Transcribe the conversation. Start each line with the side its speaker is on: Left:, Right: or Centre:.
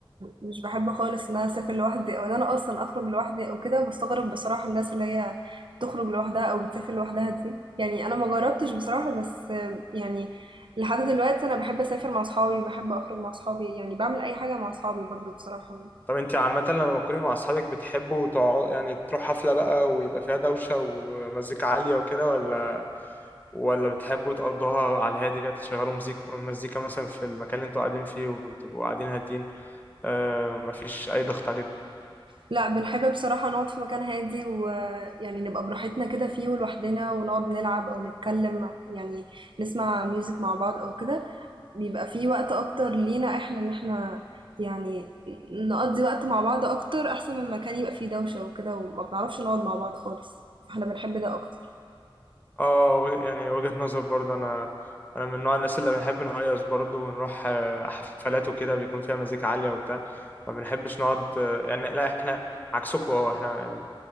Right: مش بحب خالص ان انا اسافر لوحدي او ان انا اصلا اخرج لوحدي او كده بستغرب بصراحه الناس اللي هي بتخرج لوحدها او بتسافر لوحدها دي يعني انا ما جربتش بصراحه بس يعني لحد دلوقتي انا بحب اسافر مع اصحابي بحب اخرج مع اصحابي يعني بعمل اي حاجه مع اصحابي برضو بصراحه
Left: طب انت عامة لما تكوني مع اصحابك بتحبوا تقعدوا يعني تروح حفلة بقى ويبقى فيها دوشة ومزيكا عالية وكده ولا ولا بتحبوا تقضوها على الهادي كده تشغلوا مزيك مزيكا مثلا في المكان اللي انتوا قاعدين فيه وتبقوا قاعدين هادين آه مفيش أي ضغط عليكم
Right: لا بنحب بصراحة نقعد في مكان هادي ويعني نبقى براحتنا كده فيه ولوحدنا ونقعد نلعب أو نتكلم مع- يعني نسمع ميوزك مع بعض أو كده بيبقى فيه وقت أكتر لينا احنا إن احنا يعني نقضي وقت مع بعض أكتر أحسن من مكان يبقى فيه دوشة وكده وما بنعرفش نقعد مع بعض خالص احنا بنحب ده أكتر
Left: اه و- يعني وجهة نظر برضه أنا أنا من نوع الناس اللي بنحب نهيص برضه ونروح آه، حفلات وكده بيكون فيها مزيكا عالية وبتاع ما بنحبش نقعد آه، يعني لا احنا عكسكم اه احنا